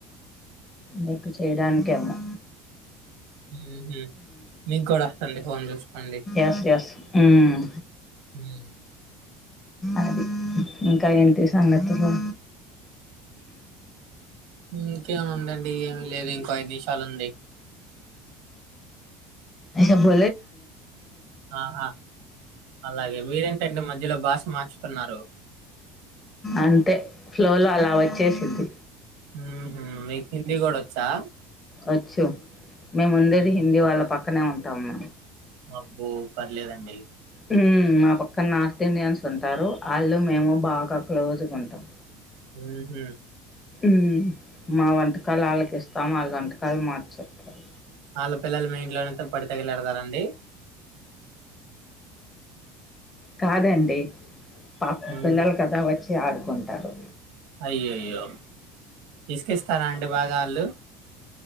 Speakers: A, on the left; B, on the right.
A: నీకు చేయడానికి ఏమో
B: మ్మ్ హ్మ్ మీకు కూడా వస్తండి ఫోన్ చూసుకోండి
A: ఎస్ ఎస్ మ్మ్
B: మ్మ్
A: అది ఇంకా ఏంటి సంగతులు
B: ఇంకేముందండి ఏమి లేదు ఇంకో ఐదు నిషాలు ఉంది
A: అబ్బో
B: ఆహా అలాగే మీరేంటండి మధ్యలో భాష మార్చుతున్నారు
A: అంతే ఫ్లో లో అలా వచ్చేసిది
B: హ్మ్ హు మీకు హిందీ కూడా వచ్చా
A: వచ్చు మేము ఉండేది
B: ఉహు,
A: హిందీ వాళ్ళ పక్కనే ఉంటాము
B: అబ్బో పర్లేదండి
A: మ్మ్ మా పక్క నార్త్ ఇండియన్స్ ఉంటారు ఆళ్ళు మేము బాగా క్లోజ్గా ఉంటాం
B: హ్మ్ హు
A: మ్మ్ మా వంటకాలు వాళ్ళకి ఇస్తాం వాళ్ళ వంటకాలు మార్చ చెప్పారు
B: వాళ్ళ పిల్లలు మీ ఇంట్లోనే పడి తగిలేడతార అండి
A: కాదండి పాపం
B: ఉమ్,
A: పిల్లలు కదా వచ్చి ఆడుకుంటారు
B: అయ్యోయ్యో యిసుకిస్తారా అండి భాగా ఆళ్ళు